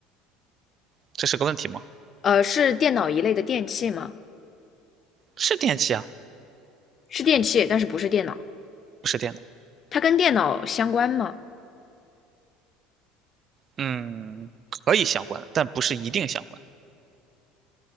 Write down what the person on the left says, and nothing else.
呃，是电脑一类的电器吗？
是电器，但是不是电脑。
它跟电脑相关吗？